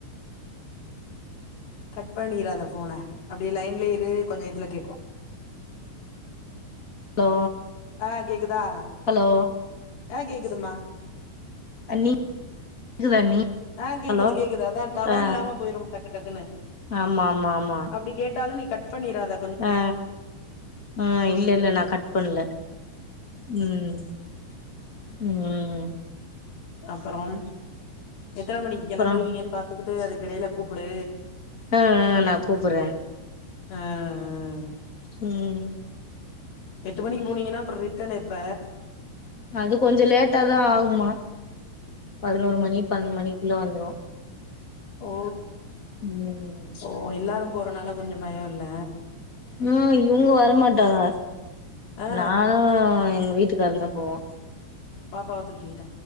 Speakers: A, on the left; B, on the left.
A: கட் பண்ணிராத ஃபோன அப்டியே லைன்லய இரு கொஞ்சோ இதுல கேக்கு
B: ஹலோ
A: ஆ கேக்குதா
B: ஹலோ
A: ஆ கேக்குதுமா
B: அண்ணி கேக்குதா அண்ணி
A: ஆ கேக்குது
B: ஹலோ
A: கேக்குது அதா டவர்
B: ஆ
A: இல்லாம போயிரு டக்கு டக்குன்னு
B: ஆமா ஆமா ஆமா
A: அப்டி கேட்டாலு நீ கட் பண்ணிடறாத
B: ஆ ஆ இல்ல இல்ல நா கட் பண்ணல ம் ம்
A: அப்றோம் எத்தன மணிக்கு
B: அப்றோ
A: கிளம்புவீங்கன்னு பாத்துக்கிட்டு அதுக்கிடையில கூப்பிடு
B: ஆ ஆ நா குடுத்தறே
A: ஆ ஆ
B: ம்
A: எட்டு மணிக்கு போனீங்கன்னா அப்றோ ரிட்டர்ன் எப்ப
B: அது கொஞ்சோ லேட்டா தா ஆகுமா பதினோரு மணி பன்னெண்டு மணிக்குள்ள வந்துரு
A: ஓ
B: ம்
A: ஓ எல்லாரு போறனால கொஞ்சோ பயோ இல்ல
B: ம் இவுங்க வரமாட்டாங்க
A: ஆ
B: நானு எங்க வீட்டுக்கருந்தா போவோ
A: பாப்பாவ துக்கிட்